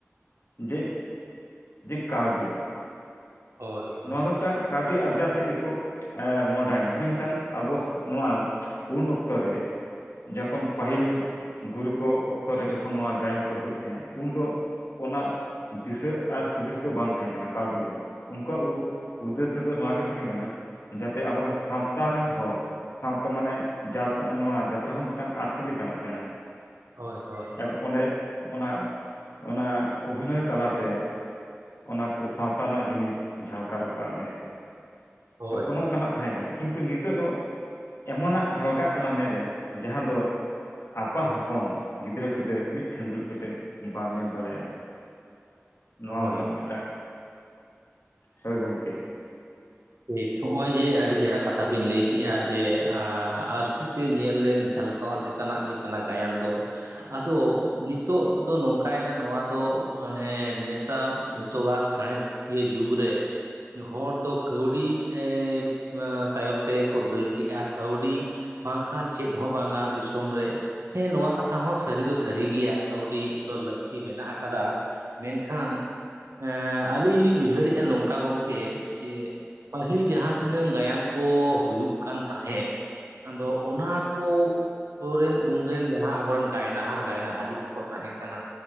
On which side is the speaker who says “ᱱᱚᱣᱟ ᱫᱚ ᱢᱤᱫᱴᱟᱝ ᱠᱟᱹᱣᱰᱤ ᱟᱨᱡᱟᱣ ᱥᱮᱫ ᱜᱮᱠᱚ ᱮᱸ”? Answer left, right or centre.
Left